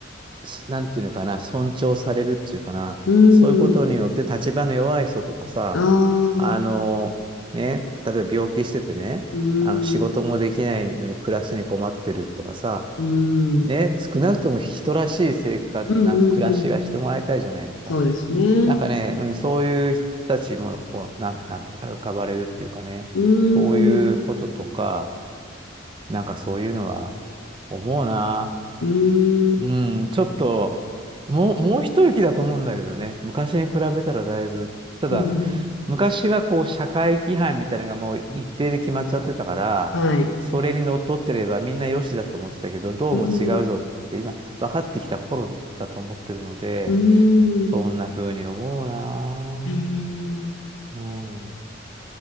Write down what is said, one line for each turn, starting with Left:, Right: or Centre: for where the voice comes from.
Right: すなんていうのかな、尊重されるっていうかな、
Left: うーん、
Right: そういうことによって立場の弱い人とかさ、
Left: ああ、
Right: あの、ね、例えば病気しててね、
Left: うー
Right: あの仕事もできないのに暮らすに困ってるとかさ、
Left: ん、うーん、
Right: ね、
Left: うん、
Right: 少なくとも人らしい生活、
Left: うん、
Right: なんて暮らしはしてもらいたいじゃないですか。
Left: うん、そうですね。
Right: なんかね、うん、そういう人たちもこう、なん、なんていうのかな、浮かばれるっていうかね、
Left: うー
Right: そういうこととか、
Left: ん、
Right: なんかそういうのは思うな。
Left: うーん、
Right: うん、ちょっと、もう、もう一息だと思うんだけどね。昔に比べたらだいぶ。ただ、
Left: うん
Right: 昔はこう、社会規範みたいなのがもう一定で決まっちゃってたから、
Left: うん、はい。
Right: それにのっとってればみんなよしだと思ってたけど、どうも違うぞって今、
Left: うーん、
Right: 分かってきた頃だと思ってるので、
Left: うーん、
Right: そんな風に思うな
Left: うーん、
Right: ぁ。うん。